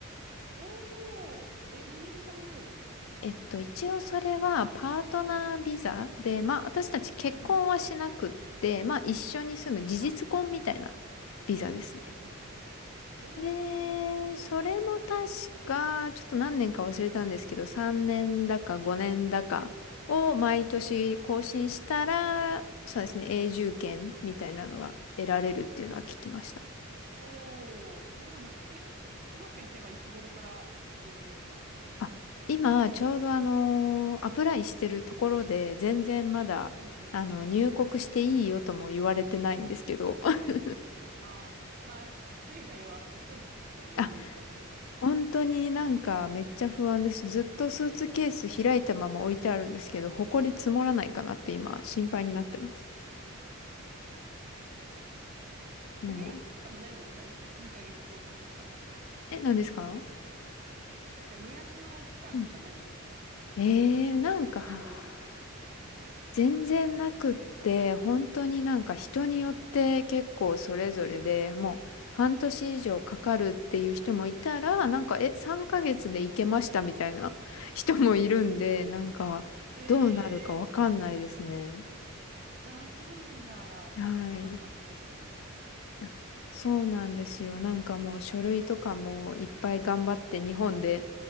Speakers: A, on the right; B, on the left.
A: おー、え、何部さんになるんですか
B: えっと、一応それはパートナービザで、まあ私たち結婚はしなくって、
A: うん、うん、うん。
B: まあ一緒に住む事実婚みたいな
A: はい。
B: ビザですね。
A: うん、うん、うん。おー、
B: で、
A: なるほど。
B: それも確か、ちょっと何年か忘れたんですけど、3年だか5年だかを毎年更新したら、
A: うん、うん。
B: そうですね、永住権みたいなのが得られるっていうのは聞きました。
A: おー、そうなん、え、いうまくいけばいつ頃から行く予定なんですか
B: あ今、ちょうどあの、アプライしてるところで、全然まだ、
A: うん、うん。
B: あの、入国していいよとも言われてないんですけど。<laughs>
A: ああ、まあ、海外は遅いですよね、
B: あ、
A: 何もかもが。
B: 本当になんかめっちゃ不安です。ずっとスーツケース開いたまま置いてあるんですけど、埃積もらないかなって今、心配になってます。もう。
A: 目安とかもないんですか ?2 ヶ月後とか。
B: え、何ですか
A: なんか目安の期間とかないんですか
B: うん。えー、なんか、
A: いつぐらいに降りるかもみたいな。
B: 全然なくって、本当になんか人によって結構それぞれでもう半年以上かかるっていう人もいたら、
A: うん
B: なんか、え、3ヶ月で行けましたみたいな人もいるんで、
A: おー、
B: なんか、
A: へえ、
B: どうなるかわかんないですね。
A: ああ、そうなんだ。
B: はい。
A: ハラハラしますね、そし
B: いやそうなんですよ。なんかもう書類とかもいっぱい頑張って日本で